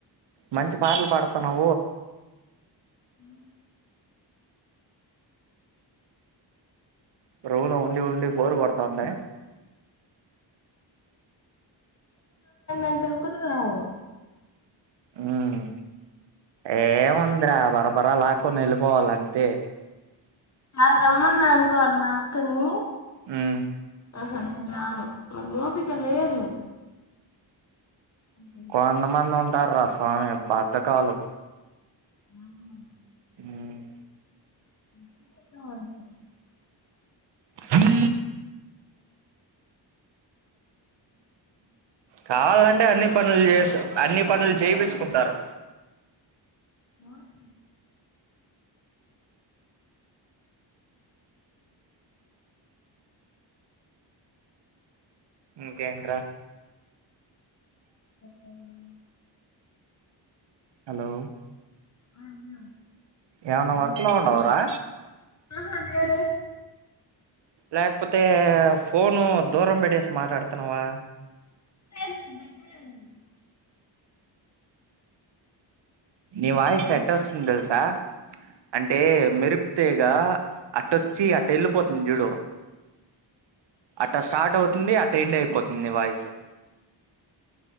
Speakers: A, on the right (about 70°); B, on the left (about 35°).
A: మంచి పాటలు పాడుతున్నా్
B: అ
A: ప్రోలో ఉండి ఉండి బోరు కొడుతాందా
B: అంతకుదారు
A: ఉమ్ ఏముందిరా బరబరా లాక్కుని వెళ్ళిపోవాలంతే
B: అ రమ్మన్నా అనుకో అన్న అక్కని
A: ఉమ్
B: ఆహా నేను రాను నాకు వోపిక లేదు అంటుంది.
A: కొంత మందున్ టార్రా స్వామి బద్దకాలు
B: హమ్
A: ఉమ్
B: <inaudible>
A: హ <inaudible> కావాలంటే అన్ని పనులు చేస్త అన్ని పనులు చేయించుకుంటారు
B: అ <inaudible>
A: ఇకేంటీరా
B: చెప్పలి నువ్వే
A: హలో
B: అ అన్నా
A: ఏవన్నా వర్కలో ఉన్నావరా
B: ఆహ లేదే
A: లేకపోతే ఫోను దూరం పెట్టేసి మాట్లాడుతున్నావా
B: లేదు లేదు దగ్గరనే ఉన్నాను
A: ని వాయిస్ ఎట్టువస్తుందో తెలుసా అంటే మెరుపు తీగ గా అట్టొచ్చి అట్ట వెళ్ళిపోతుంది జూడు అట్ట స్టార్ట్ అవుతుంది అట్ట ఎండ్ అయిపోతుంది ని వాయిసు